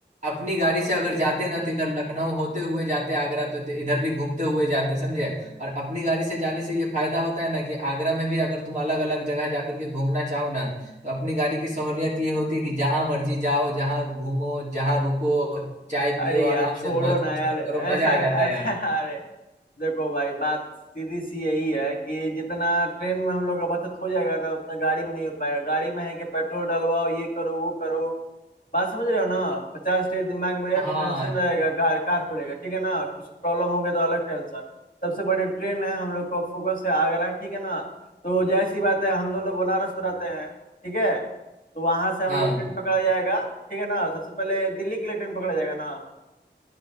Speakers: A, on the right; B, on the left.
A: अपनी गाड़ी
B: तो
A: से
B: बताओ
A: अगर जाते ना तो इधर लखनऊ होते हुए जाते आगरा तो इधर भी घूमते हुए जाते समझे और अपनी गाड़ी से जाने से ये फायदा होता है ना कि आगरा में भी अगर तुम अलग अलग जगह जाकर के घूमना चाहो ना तो अपनी गाड़ी की सहूलियत ये होती है कि जहां मर्जी जाओ जहां घूमो जहां रुको चाय
B: अरे
A: पियो
B: यार
A: आराम
B: छोड़ो
A: से मज
B: ना
A: मस्ती
B: यार ऐसा
A: करो मजा आ जाता है
B: ऐसा
A: यार
B: <laughs> अरे देखो भाई बात सीधी सी यही है कि जितना ट्रेन में हम लोग का बचत हो जाएगा ना उतना गाड़ी में नहीं हो पाएगा गाड़ी में है कि पेट्रोल डलवाओ ये करो वो करो बात समझ रहे हो ना पचास टे दिमाग में
A: हाँ
B: टेंशन रहेगा कार कार को लेकर ठीक है ना कुछ प्रॉब्लम हो गया तो अलग टेंशन सबसे बड़ी ट्रेन है हम लोग को फोकस है आगरा ठीक है ना तो जैसी बात है हम दोनों बनारस में रहते हैं ठीक है तो वहां से हम
A: हाँ
B: लोग ट्रेन पकड़ा जाएगा ठीक है ना सबसे पहले दिल्ली के लिए ट्रेन पकड़ा जाएगा ना